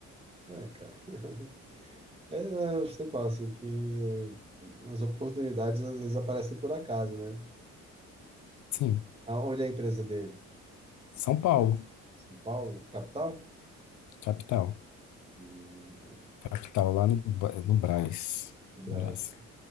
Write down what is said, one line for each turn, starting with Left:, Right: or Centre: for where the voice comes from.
Right: Ué, cara. <laughs> É, eu sempre falo assim que eh, as oportunidades às vezes aparecem por acaso, né?
Left: Sim,
Right: Onde é a empresa dele?
Left: São Paulo,
Right: São Paulo, capital?
Left: capital.
Right: Hum,
Left: Capital lá no, Ba- no Brás.
Right: no Brasil.
Left: Brás,